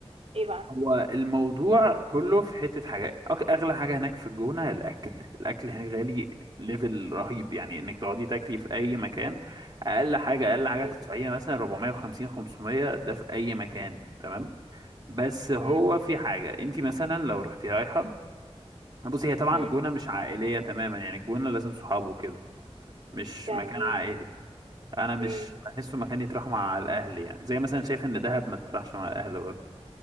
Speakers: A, on the right; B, on the right.
A: ايه بقى
B: هو الموضوع كله في حتة حاجات أك- أغلى حاجة هناك في الجونة الأكل الأكل هناك غالي ليفل رهيب يعني إنك تقعدي تاكلي في أي مكان أقل حاجة أقل حاجة
A: مم.
B: تدفعيها مثلا 450 500 ده في أي مكان تمام بس هو
A: مم.
B: في حاجة أنت مثلا لو رحتي رايحة بصي هي طبعا
A: مم.
B: الجونة مش عائلية تماما يعني الجونة لازم صحابه وكده مش
A: تمام
B: مكان عائلي أنا مش
A: مم.
B: بحسه مكان يتراح مع الأهل يعني زي مثلا شايف إن دهب ما تتراحش مع الأهل برضه